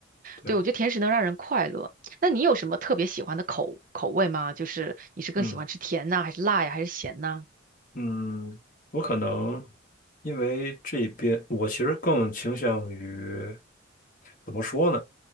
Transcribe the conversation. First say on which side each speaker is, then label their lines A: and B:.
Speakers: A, on the left; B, on the right.
A: 对，
B: 对，我觉得甜食能让人快乐。那你有什么特别喜欢的口口味吗？就是你是更喜欢吃甜呐，
A: 嗯
B: 还是辣呀，还是咸呐？
A: 嗯，我可能因为这边我其实更倾向于怎么说呢？